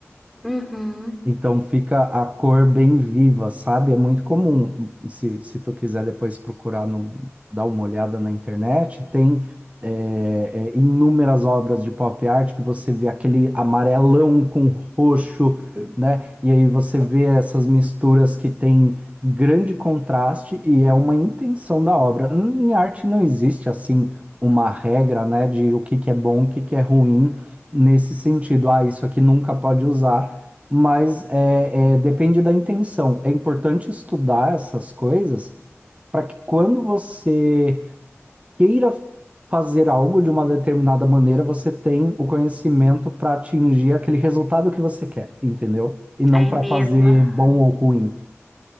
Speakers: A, in the centre; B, on the right.
A: Uhum.
B: Então fica a cor bem viva, sabe? É muito comum, se, se tu quiser depois procurar, no, dar uma olhada na internet, tem é, é, inúmeras obras de pop art que você vê aquele amarelão com roxo, né? E aí você vê essas misturas que tem grande contraste e é uma intenção da obra. Em arte não existe, assim, uma regra, né, de o que que é bom, o que que é ruim, nesse sentido. Ah, isso aqui nunca pode usar mas é, é, depende da intenção. É importante estudar essas coisas para que quando você queira fazer algo de uma determinada maneira, você tem o conhecimento para atingir aquele resultado que você quer, entendeu? E não
A: Aí
B: para
A: é mesmo.
B: fazer
A: aham.
B: bom ou ruim.